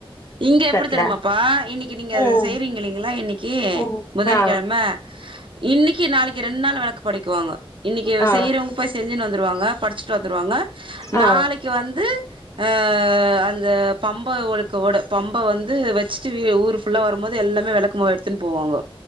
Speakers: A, on the right; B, on the left.
A: இங்க எப்டி
B: தட்ல
A: தெரிமாப்பா இன்னிக்கு நீங்க அத
B: ம்
A: செய்யறீங்க இல்லைங்களா இன்னிக் கி
B: ம்
A: புதன்கிழம
B: ஆ
A: இன்னிக்கு நாளை கி ரெண்நாள் வெளக்கு படிக்குவாங்க இன்னிக்கு
B: ஆ
A: செய்றவங்க போய் செஞ்சன்னு வ ந்துருவாங்க படிச்சிட்டு வ ந்துருவாங்க
B: ஆ
A: நாளைக்கு வந்து ஆஆ அந்த பம்ப உடுக் கோடு பம்ப வந்து வச் சி ஊர் ஃபுல்லா வரும்போது எல்லாமே வெளக்கு மாவு எடுத்துன் போவாங்க